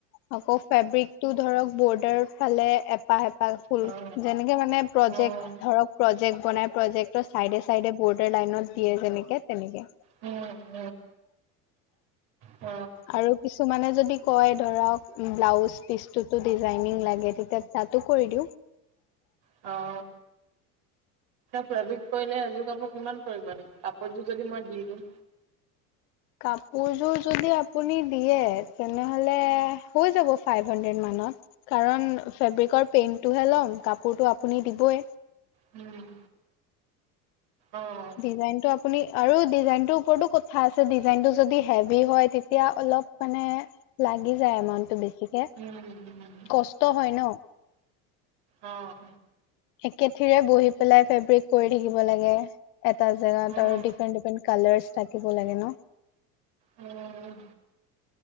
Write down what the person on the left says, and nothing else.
আকৌ ফেব্ৰিকটো ধৰক বৰ্ডাৰ ফালে এপাহ, এপাহ ফুল
যেনেকে মানে প্ৰজেক্ট
ধৰক, প্ৰজেক্ট বনাই, প্ৰজেক্টৰ চাইডে, চাইডে বৰ্ডাৰ লাইনত দিয়ে যেনেকে তেনেকে।
আৰু কিছুমানে যদি কয় ধৰক ব্লাউজ পিচটোতো ডিজাইনিং লাগে তেতিয়া তাতো কৰি দিওঁ।
কাপোৰযোৰ যদি আপুনি দিয়ে, তেনেহ'লে হৈ যাব ফাইভ হাণ্ডেদ মান কাৰণ ফেব্ৰিকৰ পেইণ্টোহে ল'ম, কাপোৰটো আপুনি দিবই।
ডিজাইনটো আপুনি আৰু ডিজাইনটো ওপৰতো কথা আছে ডিজাইনটো যদি হেভি হয়, তেতিয়া অল অলপ মানে লাগি যায়, এমাউন্টটো বেছিকে।
কষ্ট হয়, ন?
একেঠিৰে বহি পেলাই ফেব্ৰিক কৰি থাকিব লাগে, এটা জেগাত
আৰু ডিফাৰেণ্ট, ডিফাৰেন্ট কালাৰ <unintelligible> থাকিব লাগে ন?